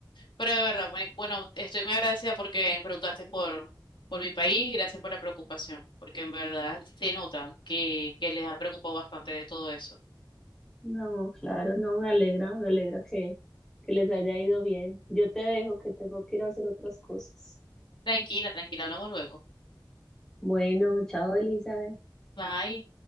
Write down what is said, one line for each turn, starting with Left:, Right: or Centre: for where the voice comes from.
Left: Pero de verdad, buen- bueno, estoy muy agradecida porque preguntaste por, por mi país y gracias por la preocupación, porque en verdad se nota que, que les ha preocupado bastante de todo eso.
Centre: no, claro, no, me alegra, me alegra que, que les haya ido bien. Yo te dejo que tengo que ir a hacer otras cosas.
Left: Tranquila, tranquila, hablamos luego.
Centre: Bueno, chao, Elizabeth.
Left: Bye.